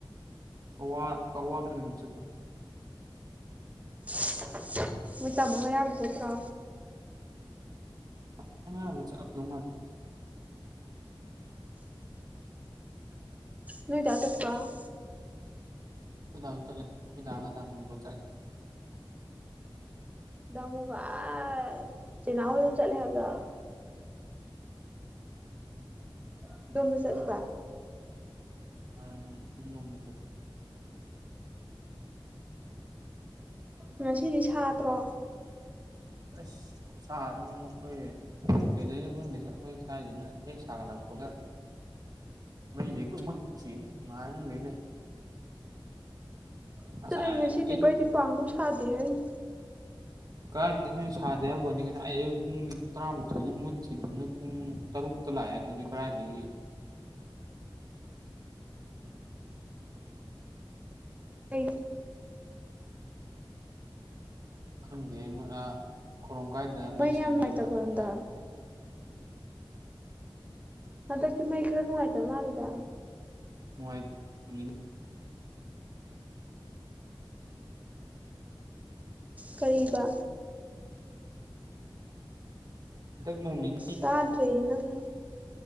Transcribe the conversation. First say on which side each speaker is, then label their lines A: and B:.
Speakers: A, on the right (about 45°); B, on the right (about 15°).
A: ꯀꯧꯋꯥ ꯀꯧꯋꯥꯗ꯭ꯔ ꯀꯩꯅꯣꯝ ꯆꯠꯄꯥꯅꯤ
B: <unintelligible> ꯅꯣꯏ ꯇꯥꯝꯃꯣ ꯃꯩꯔꯕꯥ ꯗꯤ ꯆꯠꯇ꯭ꯔꯣ
A: <unintelligible>
B: ꯅꯣꯏ ꯗꯥ ꯆꯠꯄꯔꯣ
A: ꯈꯣꯏꯗꯥꯁꯨ ꯆꯠꯂꯦ ꯈꯣꯏꯗꯥꯒ ꯗꯥꯃꯨꯒ ꯆꯠꯂꯦ
B: ꯗꯥꯃꯨꯒ ꯑꯥ ꯆꯦꯅꯥꯎ ꯍꯣꯏꯔꯣꯝꯗ ꯆꯠꯂꯦ ꯍꯥꯏꯕꯔꯣ ꯑꯥꯥ ꯗꯣꯝꯗ ꯆꯠꯂꯤꯕ
A: <unintelligible>
B: ꯉꯁꯤꯗꯤ ꯁꯥꯗꯔꯣ
A: ꯑꯁ ꯈꯨꯁꯥ ꯑꯅꯤ ꯌꯦꯨꯛ ꯑꯩꯈꯣꯏ ꯀꯩꯗꯣꯏꯅꯣ ꯈꯪꯗꯦꯁ ꯑꯩꯈꯣꯏ ꯏꯁꯥꯏꯁꯤꯅ ꯍꯦꯛ ꯁꯥꯒꯠꯂꯛꯄꯒ ꯃꯩꯩ ꯁꯦ ꯍꯦꯛꯇꯥ ꯃꯨꯠꯈꯤ ꯉꯥꯏꯔ ꯂꯩ ꯂꯩ
B: <unintelligible>
A: ꯉꯁꯥꯏ ꯑꯌꯨꯛ ꯀꯔꯥꯏꯗꯩꯅꯣꯍꯦ ꯁꯥꯗꯦ ꯍꯥꯏꯕꯩ ꯋꯥꯅꯤ ꯉꯁꯥꯏ ꯑꯌꯨꯛ ꯄꯨꯡ ꯇꯔꯥꯃꯥꯊꯣꯏꯗꯤ ꯃꯨꯠꯈꯤꯕꯗꯨꯅ ꯄꯨꯡ ꯇꯔꯨꯛ ꯇꯥ ꯂꯥꯛꯑꯦ ꯑꯗꯨꯗꯤ ꯀꯔꯥꯏꯗꯤꯒꯤ
B: ꯑꯩ
A: <unintelligible>
B: ꯃꯩ ꯌꯥꯝ ꯅꯨꯡꯉꯥꯏꯇꯕ꯭ꯔꯣ ꯍꯟꯗꯛ ꯍꯟꯗꯛꯇꯤ ꯃꯩ ꯈꯔ ꯅꯨꯡꯉꯥꯏꯇꯕ ꯃꯥꯜꯂꯤꯗ
A: <unintelligible>
B: ꯀꯔꯤꯕ
A: ꯍꯟꯇꯛ ꯅꯣꯡꯅꯤꯅꯤ
B: ꯇꯥꯗꯔꯦ ꯅꯪ